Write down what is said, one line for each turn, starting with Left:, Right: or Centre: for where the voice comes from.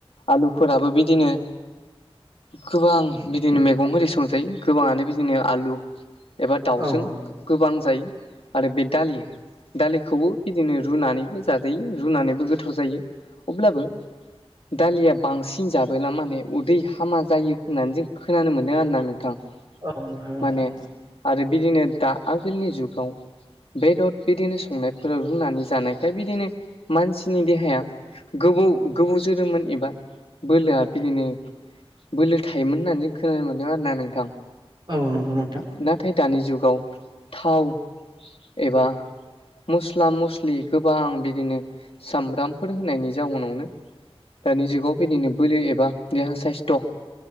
Left: आलुफोराबो बिदिनो गोबां बिदिनो मैगं फोरखौ संजायो गोबाङानो बिदिनो आलु एबा दाउजों
Right: औ
Left: गोबां जायो आरो बे दालि दालिखौबो बिदिनो रुनानैबो जाजायो रुनानैबो गोथाव जायो अब्लाबो दालिया बांसिन जाबोला माने उदै हामा जायो होननानै जों खोनानो मोन्दों आरो ना नोंथां
Right: औ नंगौ नोंथां
Left: माने आरो बिदिनो दा आगोलनि जुगाव बेदर बिदिनो संनायफोराव रुनानै जानायखाय बिदिनो मानसिनि देहाया गोबौ गोबौ जोरोममोन एबा बोलोआ बिदिनो बोलो थायोमोन होननानै जों खोनानो मोनदों आरोना नोंथां
Right: औ नंगौ नोंथां
Left: नाथाय दानि जुगाव थाव एबा मस्ला मस्लि गोबां बिदिनो सामब्रामफोर होनायनि जाहोनावनो दानि जुगाव बिदिनो बोलो एबा देहा साइस्थ'